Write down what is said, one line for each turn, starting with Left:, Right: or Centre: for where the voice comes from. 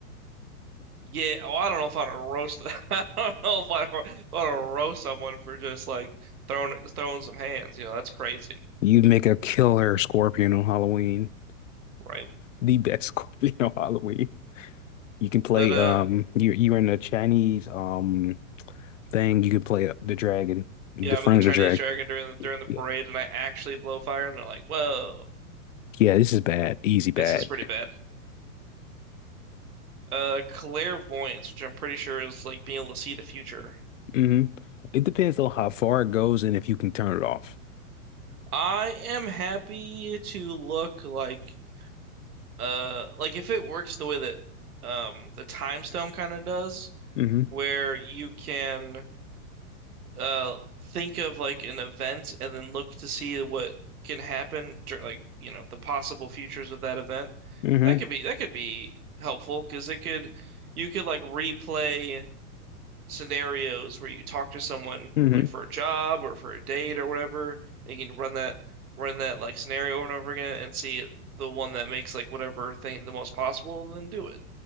Right: yeah. Oh, I don't know if I'd roast. <laughs> I don't know if I'd, if I'd roast someone for just like throwing throwing some hands. You know, that's crazy,
Left: You make a killer scorpion on Halloween.
Right: right?
Left: The best <laughs> scorpion on Halloween. You can play
Right: But uh.
Left: um you you're in a Chinese um thing, you can play the dragon, the
Right: yeah,
Left: front
Right: I'm in the Chinese
Left: of the dragon.
Right: Dragon during during the parade,
Left: Yeah.
Right: and I actually blow fire, and they're like, "Whoa,
Left: Yeah, this is bad. Easy bad.
Right: this is pretty bad." Uh, clairvoyance, which I'm pretty sure is like being able to see the future.
Left: hmm It depends on how far it goes and if you can turn it off.
Right: I am happy to look like uh like if it works the way that um the time stone kind of does,
Left: hmm
Right: where you can uh think of like an event and then look to see what can happen dur like you know the possible futures of that event
Left: hmm
Right: that could be that could be helpful because it could you could like replay scenarios where you talk to someone
Left: hmm
Right: like for a job or for a date or whatever and you can run that run that like scenario over and over again and see the one that makes like whatever thing the most possible and then do it